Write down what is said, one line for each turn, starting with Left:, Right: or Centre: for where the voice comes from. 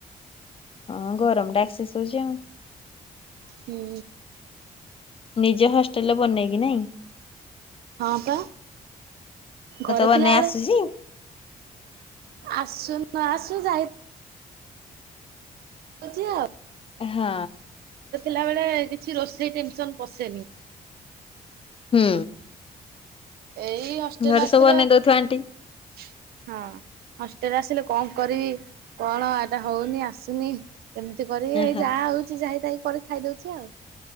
Left: <inaudible> ହ ଗରମ ଟା ଏକ୍ସସେସ ହୋଉଛି ଆଉ।
Right: ହୁଁ।
Left: ନିଜ ହଷ୍ଟେଲରେ ବନେଇକି ନାଇଁ।
Right: ହଁ ପା ଘରେ
Left: ତତେ ବନେଇ
Right: ଥିଲା ବେଳେ
Left: ଆସୁଛି?
Right: ଆସୁ ନଆସୁ ଯାଇ <unintelligible> ଆଉ।
Left: ହଁ।
Right: ଥିଲାବଳେ କିଛି ରୋଷେଇ ଟେନସନ ପସେନି।
Left: ହୁଁ।
Right: ଏଇ ହଷ୍ଟେଲ୍
Left: ଘରେ
Right: ଆସିଲେ।
Left: ସବୁ ବନେଇ ଦଉଥିବ ଆଣ୍ଟି
Right: <inaudible> ହଁ ହଷ୍ଟେଲରେ ଆସିଲେ କଣ କରିବି କଣ ଏଟା ହଉନି ଆସୁନି। ଏମିତି କରି
Left: ଓହୋ।
Right: ଏଇ ଯାହା ହଉଛି ଯାହିତାଇ। ପରେ ଖାଇଦଉଛି ଆଉ।